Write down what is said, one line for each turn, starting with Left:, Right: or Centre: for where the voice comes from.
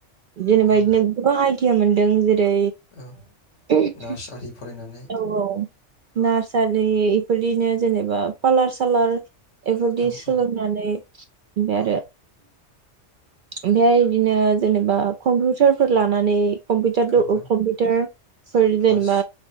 Right: जेनेबायदिनो
Left: औ
Right: गोबां आयदियामोन जों जे
Left: औ
Right: <unintelligible>
Left: नार्स
Right: औ
Left: आरि फरायनानै
Right: औ। नार्सारि इफोरदिनो जेनेबा पालार सालार। बेफोरदि
Left: औ
Right: सोलोंनानै
Left: औ
Right: ओफ्राय आरो।
Left: औ
Right: ओमफाय बिदिनो जेनेबा कम्पिउटारफोर लानानै। कम्पिउटार
Left: औ औ
Right: कम्पिउटार सर
Left: क्लास
Right: जेनेबा